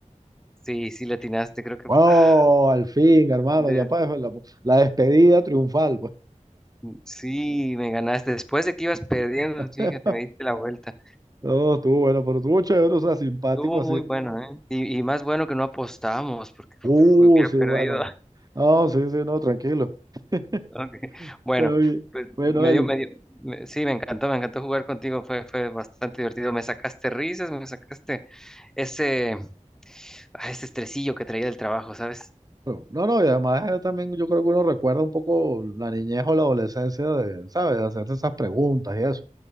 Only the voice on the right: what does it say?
¡Wow!
Al fin, hermano,
ya para la, la despedida triunfal, pues.
<laughs>
No, estuvo bueno, pero estuvo chévere, o sea, simpático
así.
Uh,
sí,
bueno.
No, sí, sí, no, tranquilo. <laughs> Está
bien.
Bueno,
Eric.
No, no, no, y además eh, también yo creo que uno recuerda un poco la niñez o la adolescencia de, ¿sabes? De hacerse esas preguntas y eso.